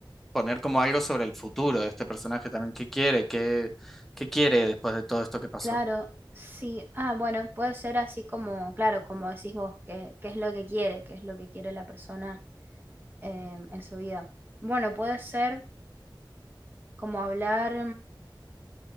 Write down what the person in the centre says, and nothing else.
poner como algo sobre el futuro de este personaje también. ¿Qué quiere? ¿Qué, qué quiere después de todo esto que pasó?